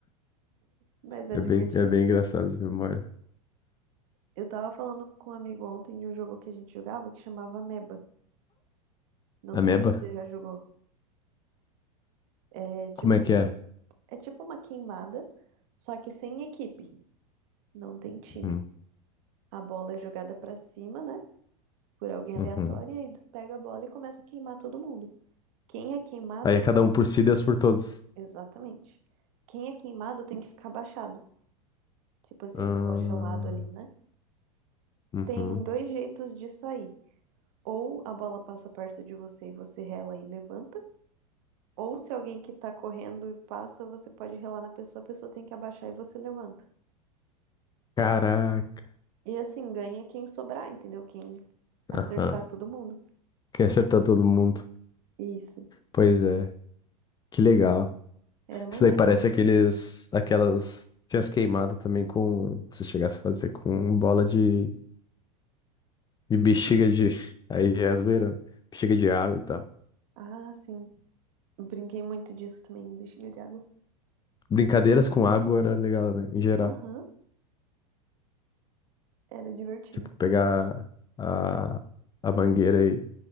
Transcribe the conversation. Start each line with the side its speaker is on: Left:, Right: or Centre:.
Right: Mas é
Left: É
Right: divertido,
Left: bem, é bem
Right: sim.
Left: engraçado as memórias.
Right: Eu tava falando com um amigo ontem de um jogo que a gente jogava que chamava Ameba. Não
Left: Ameba?
Right: sei se você já jogou. É tipo
Left: Como é
Right: assim.
Left: que é?
Right: É tipo uma queimada, só que sem equipe. Não tem time.
Left: Uhum.
Right: A bola é jogada pra cima, né? Por alguém
Left: Uhum.
Right: aleatório, e aí tu pega a bola e começa a queimar todo mundo. Quem é queimado
Left: Aí
Right: tem
Left: é cada
Right: que...
Left: um por si, Deus por todos.
Right: Exatamente. Quem é queimado tem que ficar abaixado. Tipo assim,
Left: Ah,
Right: congelado ali, né?
Left: uhum.
Right: Tem dois jeitos de sair. Ou a bola passa perto de você e você rela e levanta. Ou se alguém que tá correndo e passa, você pode relar na pessoa, a pessoa tem que abaixar e você levanta.
Left: Caraca.
Right: E assim, ganha quem sobrar, entendeu? Quem acertar
Left: Aham.
Right: todo mundo.
Left: Quer acertar todo mundo.
Right: Isso.
Left: Pois é. Que legal.
Right: Era maneiro.
Left: Isso daí parece aqueles, aquelas. Tinha as queimadas também com. Se chegasse a fazer com bola de, de bexiga de. <laughs> Aí já é zoeira, né? Bexiga de água e tal.
Right: Ah, sim. Brinquei muito disso também, bexiga de água.
Left: Brincadeiras com água era legal, né? Em geral.
Right: Aham, era divertido.
Left: Tipo, pegar a, a mangueira e